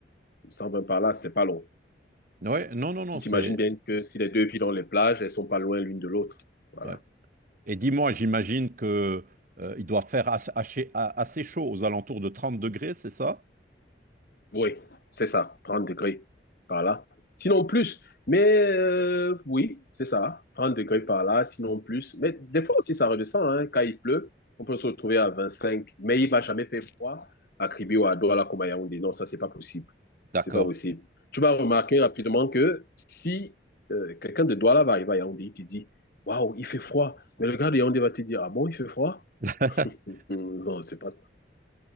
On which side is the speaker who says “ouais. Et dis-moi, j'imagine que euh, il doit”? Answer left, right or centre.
Right